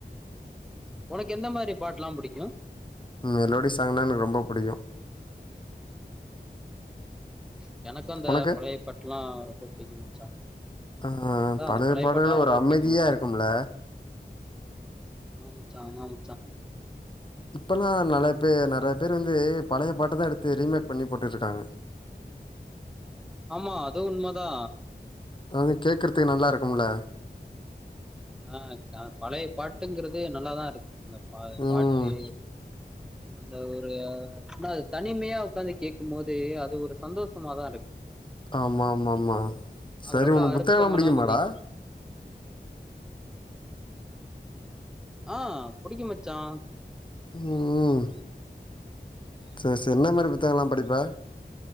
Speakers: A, in the centre; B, on the left (about 25°).
A: உனக்கு எந்த மாரி பாட்லா புடிக்கு
B: மெலோடி சாங்னா எனக்கு ரொம்ப புடிக்கு
A: <inaudible> எனக்கு அந்த
B: உனக்கு
A: பழைய பாட்லா ரொம்ப புடிக்கு மச்சா
B: ஆ
A: அதா
B: பழைய
A: அந்த
B: பாடல்கள்
A: பாட்டுலா
B: ஒரு
A: ரொம்ப
B: அமைதியா
A: புடிக்கு மச்சா
B: இருக்கும்ல
A: ஆமா மச்சா ஆமா மச்சா
B: இப்பல்லா நெலய பே நெறைய பேர் வந்து பழைய பாட்டதா எடுத்து ரீமேக் பண்ணி போட்டுட்ருக்காங்க
A: ஆமா அது உண்மதா
B: அது கேக்குறதுக்கு நல்லா இருக்கும்ல
A: ஆ கா பழைய பாட்டுங்கிறது நல்லாதா இருக்கு அந்த ஆ
B: ம்
A: பாட்டு அந்த ஒரு ஆன தனிமையா உட்காந்து கேட்கு போது அது ஒரு சந்தோஷமாதா இருக்கு
B: ஆமா ஆமா ஆமா
A: அதுல
B: சரி
A: உள்ள
B: உனக்கு
A: அர்த்தமெல்லா
B: புத்தகல்லா புடிக்குமாடா
A: கொஞ்ச ஆ புடிக்கு மச்சா
B: ம் செர் செர் என்ன மாரி புத்தக்கலா படிப்ப